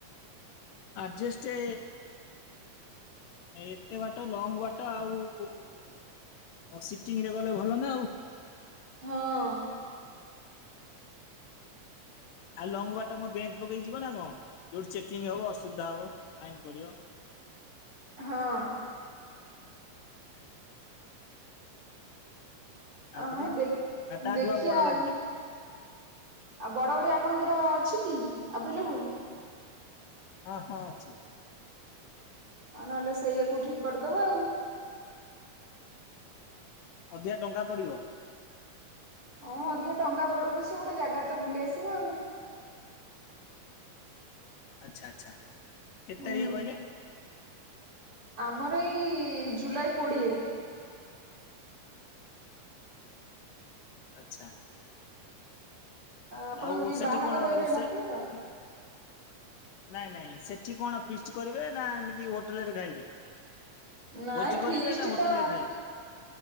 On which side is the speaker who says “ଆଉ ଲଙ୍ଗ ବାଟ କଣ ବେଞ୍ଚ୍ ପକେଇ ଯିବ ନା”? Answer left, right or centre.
Left